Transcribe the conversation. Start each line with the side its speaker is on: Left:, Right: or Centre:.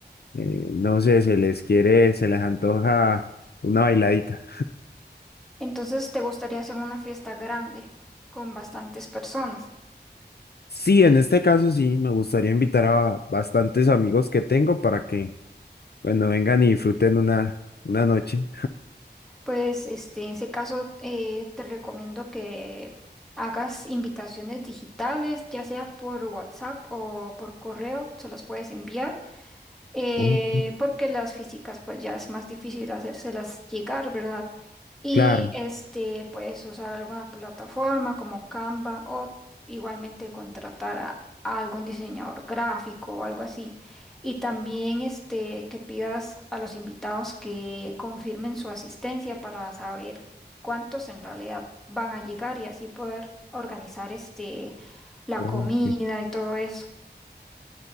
Left: eh, no sé, se les quiere, se les antoja una bailadita.
Centre: Entonces te gustaría hacer una fiesta grande con bastantes personas.
Left: Sí, en este caso sí, me gustaría invitar a bastantes amigos que tengo para que, bueno, vengan y disfruten una, una noche.
Centre: Pues este, en ese caso eh, te recomiendo que hagas invitaciones digitales, ya sea por WhatsApp o por correo, se las puedes enviar eh,
Left: Ok,
Centre: porque las físicas pues ya es más difícil hacérselas llegar, ¿verdad? Y
Left: claro.
Centre: este puedes usar alguna plataforma como Canva o igualmente contratar a, a algún diseñador gráfico o algo así. Y también este que pidas a los invitados que confirmen su asistencia para saber cuántos en realidad van a llegar y así poder organizar este la
Left: ok.
Centre: comida y todo eso.